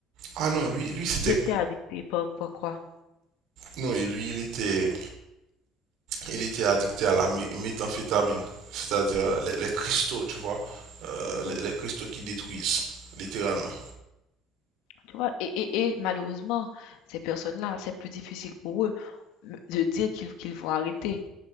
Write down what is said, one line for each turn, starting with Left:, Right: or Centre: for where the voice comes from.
Right: Ah non, lui, lui c'était...
Left: Il était addicté par, par quoi?
Right: Non, et lui, il était, il était addicté à la mé- méthamphétamine, c'est-à-dire
Left: Oh,
Right: les, les cristaux, tu vois, euh,
Left: je vois.
Right: les, les cristaux qui détruisent, littéralement.
Left: Tu vois, et, et, et malheureusement, ces personnes-là, c'est plus difficile pour eux de dire qu'ils qu'ils vont arrêter.